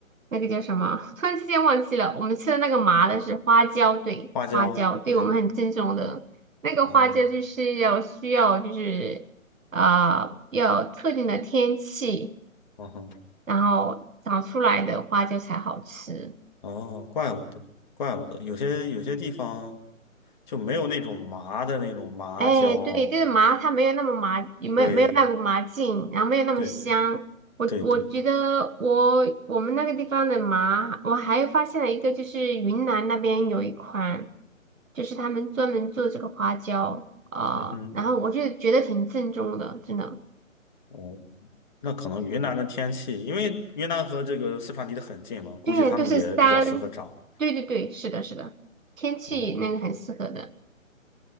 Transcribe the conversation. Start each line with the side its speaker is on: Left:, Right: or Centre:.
Right: 那个叫什么？<laughs> 突然之间忘记了。我们吃的那个麻的是花椒，对，
Left: 花椒，
Right: 花椒，对我们很正宗的。
Left: 对，
Right: 那个花椒就是要需要就是啊、
Left: 嗯
Right: 呃要特定的天气，
Left: 嗯哼。
Right: 然后长出来的花椒才好吃。
Left: 哦，怪不得，怪不得，有些有些地方就没有那种麻的那种麻椒。
Right: 哎，对，这个麻它没有那么麻，也没有没有那股麻劲，
Left: 对，
Right: 然后没有那么香。
Left: 对，对，
Right: 我我觉得我我们那个地方的麻，
Left: 对，对，对，
Right: 我还发现了一个，就是云南那边有一款，就是他们专门做这个花椒，呃，
Left: 嗯哼，
Right: 然后我就觉得挺正宗的，真的。
Left: 哦，那可能云南的天气，因为云南和这个四川离得很近嘛，估计他们也比较适合长。
Right: 对，都是山，对对对，是的，是的，天气那个很适合的
Left: 哦，